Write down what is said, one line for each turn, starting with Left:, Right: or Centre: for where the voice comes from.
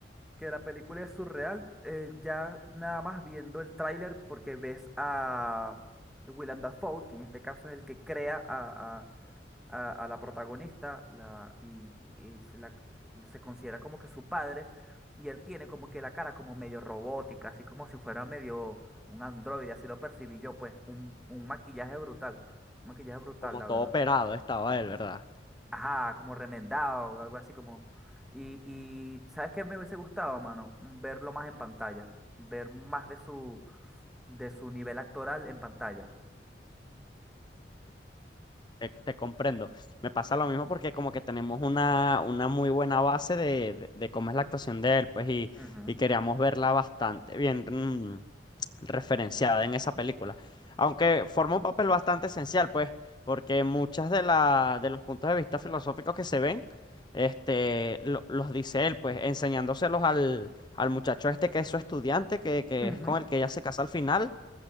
Centre: que la película es surreal, eh, ya nada más viendo el tráiler porque ves a Willem Dafoe, que en este caso es el que crea a, a- a- a la protagonista la, y, y se, la- eh, se considera como que su padre y él tiene como que la cara como medio robótica, así como si fuera medio un androide, así lo percibí yo, pues un, un maquillaje brutal, un maquillaje brutal,
Left: Como
Centre: la
Left: todo
Centre: verdad.
Left: operado estaba él, ¿verdad?
Centre: Ajá, como remendado, o algo así como. Y, y ¿sabes qué me hubiese gustado, mano? Verlo más en pantalla, ver más de su, de su nivel actoral en pantalla.
Left: Te, te comprendo. Me pasa lo mismo porque como que tenemos una, una muy buena base de, de, de cómo es la actuación de él, pues, y,
Centre: Ujú,
Left: y queríamos verla bastante bien, mm, referenciada en esa película. Aunque forma un papel bastante esencial, pues, porque muchas de la, de los puntos de vista filosóficos que se ven, este, lo- los dice él, pues, enseñándoselos al, al muchacho este que es su estudiante, que, que
Centre: ujú,
Left: es con el que ella se casa al final,